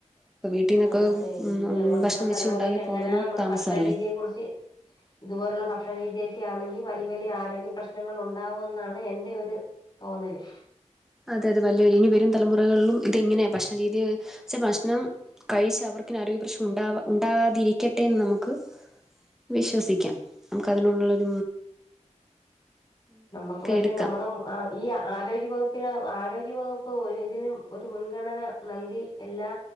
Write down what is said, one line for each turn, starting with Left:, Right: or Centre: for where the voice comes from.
Centre: ഇപ്പം വീട്ടിൽ നിന്നൊക്കെ
Left: ആ അതെ ഇനി അങ്ങോട്ടുള്ള
Centre: ഭക്ഷണം
Left: തലമുറേൽ
Centre: വെച്ച് ഉണ്ടാക്കി
Left: എങ്ങനാ
Centre: പോകുന്നതും
Left: നമ്മുടെ
Centre: താമസമല്ലേ
Left: ഭക്ഷണ രീതിയെ കുറിച്ച് ഇതുപോലുള്ള ഭക്ഷണ രീതിയൊക്കെ ആണെങ്കിൽ വലിയ വലിയ ആരോഗ്യ പ്രശ്നങ്ങൾ ഉണ്ടാവും എന്നാണ് എൻറെ ഒരു തോന്നല്
Centre: അതെ അതെ വല്ല ഇനി വെരും തലമൊറകള്ലും ഇതെങ്ങനെ ഭക്ഷണ രീതിയ പക്ഷെ ഭക്ഷണം കഴിച്ച് അവർക്കിനി ആരോഗ്യ പ്രശ്നം ഉണ്ടാ ഉണ്ടാകാതിരിക്കട്ടെന്ന് നമുക്ക് വിശ്വസിക്കാം നമുക്ക് അതിനുള്ളരും
Left: നമ്മക്ക് പക്ഷെ
Centre: എടുക്കാം
Left: നമ്മളം ആഹ് ഈ ആരോഗ്യവകുപ്പിന് ആരോഗ്യവകുപ്പ് ഒരു ഇതിലും ഒരു മുൻഗണന നൽകി എല്ലാ